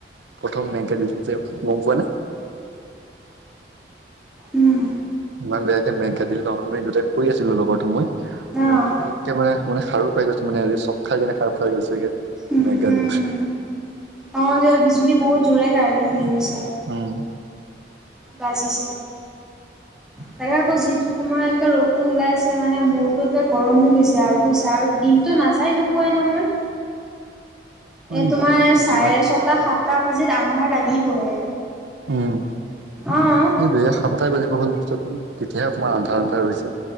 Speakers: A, on the right (about 75°); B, in the centre.
A: প্ৰথম মেগাজিন যে গম পোৱা নে
B: উম।
A: ইমান বেয়াকে মেঘ ঘাটল ন, আমি দুটাই <unintelligible> আছিলো লগৰ তো, মই মানে
B: অ'।
A: পতককে মানে, মানে সাৰু পাই গৈছো মানে চক খাই কেনে সাৰ খাই গৈছো গে।
B: উম উম
A: <inaudible>
B: অ', যে বিজুলী বহুত জোৰে <unintelligible> হেৰি হৈছে
A: উম।
B: বাজিছে তাকে আকৌ যিটো সময়টে একে ৰ'দ টো ওলাইছে মানে মূৰটোকে গৰম হৈ গৈছে আৰু আৰু দিনটো নাযায় নোপোৱাই নহয়।
A: উম
B: এ তোমাৰ চাৰে
A: যিমান
B: ছটা সাতটা বাজিত আন্ধাৰ লাগি কি বহে
A: উম
B: অ', অ'।
A: সেইটোৱে <unintelligible> তেতিয়াহে অকমান আন্ধাৰ আন্ধাৰ হৈছে।